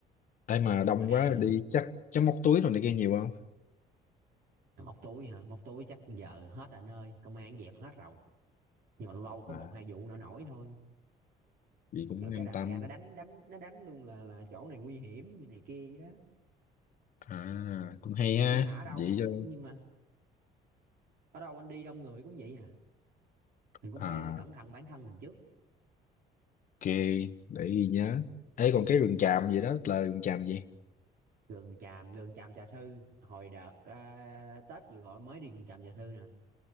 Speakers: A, on the left (about 50°); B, on the right (about 60°).
A: em mà
B: nói chung
A: đông
B: mà ăn
A: quá đi chắc chắc móc túi rồi này kia nhiều không
B: móc túi hả móc túi chắc giờ hết rồi anh ơi công an dẹp hết rồi nhưng mà lâu lâu có
A: à
B: một hai vụ nổi nổi thôi
A: gì cũng
B: rồi
A: an
B: cái đành
A: tâm
B: ra nó đánh đánh nó đánh luôn là là chỗ này nguy hiểm gì này kia vậy đó
A: à cũng hay ha
B: nhưng mà ở đâu
A: vậy cho
B: nhưng mà ở đâu anh đi đông người cũng vậy à mình cũng
A: À,
B: phải cẩn thận bản thân mình trước
A: ok, để ghi nhớ. Ê, còn cái rừng tràm gì đó là rừng tràm gì?
B: Gần tràm Gần tràm Trà Sư hồi đợt à, Tết vừa gọi mới đi Gần tràm Trà Sư nè